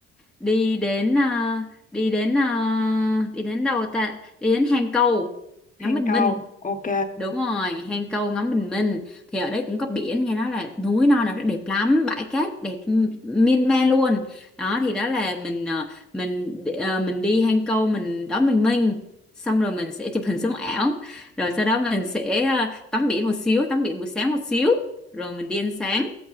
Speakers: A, in the centre; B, on the left.
A: đi đến à, đi đến à, đi đến đâu ta đi đến hang câu ngắm
B: Thành
A: bình
B: công.
A: minh
B: Ok.
A: đúng rồi hang câu ngắm bình minh thì ở đấy cũng có biển nghe nói là núi non là rất đẹp lắm bãi cát đẹp m- miên man luôn đó thì đó là mình ờ, mình ờ, mình đi hang câu mình đón bình minh xong rồi mình sẽ chụp hình sống ảo rồi sau đó mình sẽ ờ, tắm biển một xíu tắm biển buổi sáng một xíu rồi mình đi ăn sáng